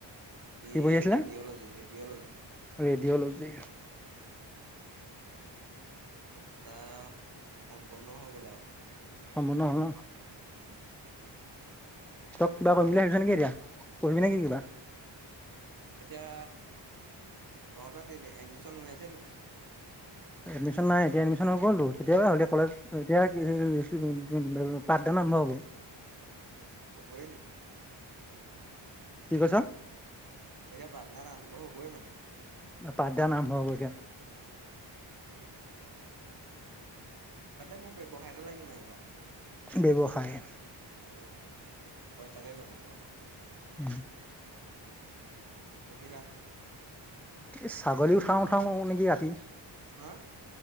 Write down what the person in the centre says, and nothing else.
পঢ়ি আছিলা
ৰেডিঅ'লজি
অমনা অ।
তই কিবা কৰিম বুলি ভাবিছ নেকি এতিয়া কৰিবি নেকি কিবা।
এডমিশন নাই এতিয়া এডমিশন হৈ গ'লতো তেতিয়াবা হলে কলেজ এতিয়া। <unintelligible> পাঠদান আৰম্ভ হ'ব
কি কৈছে
অ পাটদান আৰম্ভ হব এতিয়া
ব্যৱসায়
উম
এই ছাগলী উঠাওঁ উঠাওঁ নেকি ৰাতি